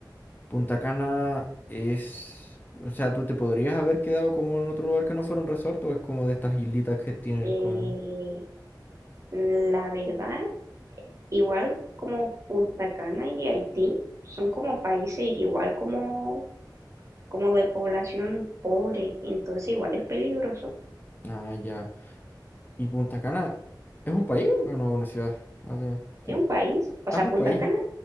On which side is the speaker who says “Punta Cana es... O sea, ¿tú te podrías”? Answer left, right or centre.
Left